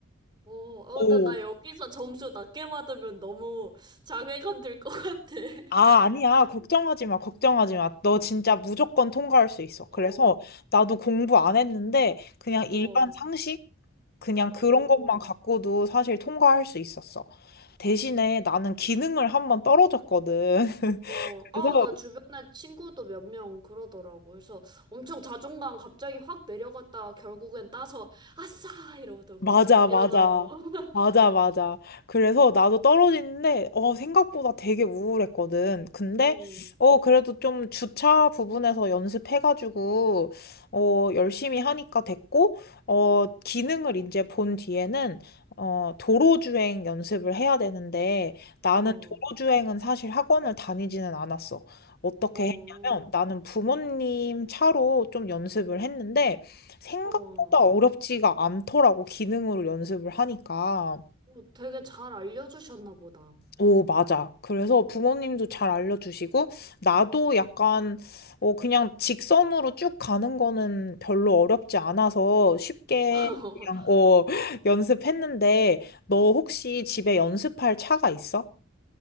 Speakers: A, on the right (about 25°); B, on the left (about 50°).
A: 어,
B: 오.
A: 어, 나, 나 여기서 점수 낮게 받으면 너무 자괴감 들 것 같아. <laughs>
B: 아, 아니야. 걱정하지 마. 걱정하지 마. 너 진짜 무조건 통과할 수 있어.
A: 어,
B: 그래서 나도 공부 안 했는데 그냥
A: 어,
B: 일반 상식 그냥 그런
A: 어,
B: 것만 갖고도 사실 통과할 수 있었어. 대신에 나는 기능을 한번 떨어졌거든. <laughs>
A: 어. 아,
B: 그래서
A: 나 주변에 친구도 몇 명 그러더라고. 그래서 엄청 자존감 갑자기 확 내려갔다가 결국엔 따서 아싸! 이러더라고.
B: 맞아,
A: 이러더라고.
B: 맞아.
A: <laughs>
B: 맞아, 맞아. 그래서 나도 떨어지는데, 어, 생각보다 되게 우울했거든. 근데,
A: 음,
B: 어, 그래도 좀 주차 부분에서 연습해가지고, 어, 열심히 하니까 됐고, 어, 기능을 이제 본 뒤에는, 어, 도로주행 연습을 해야 되는데, 나는
A: 어,
B: 도로주행은 사실 학원을 다니지는 않았어. 어떻게
A: 어,
B: 했냐면, 나는 부모님 차로 좀 연습을 했는데, 생각
A: 어.
B: 생각보다 어렵지가 않더라고, 기능으로 연습을 하니까.
A: 오, 되게 잘 알려주셨나 보다.
B: 오, 맞아. 그래서 부모님도 잘 알려주시고, 나도 약간, 어, 그냥 직선으로 쭉 가는 거는 별로 어렵지 않아서 쉽게
A: <laughs>
B: 그냥, 어, <laughs> 연습했는데, 너 혹시 집에 연습할 차가 있어?